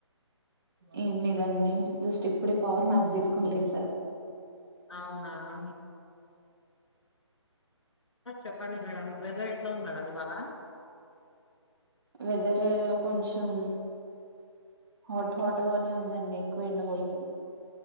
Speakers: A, on the right; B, on the left.
A: ఏన్నిదండి జస్ట్ ఇప్పుడే పవర్ నాఫ తీసుకోనిలేదు సార్
B: అవునా ఆ చెప్పండి మేడం వెదర్ ఎట్లా ఉంది మేడం ఇవాళ
A: వెదర్ కొంచెం హాట్ హాట్గానే ఉందండి ఎక్కువ ఎండ కొడుతుంది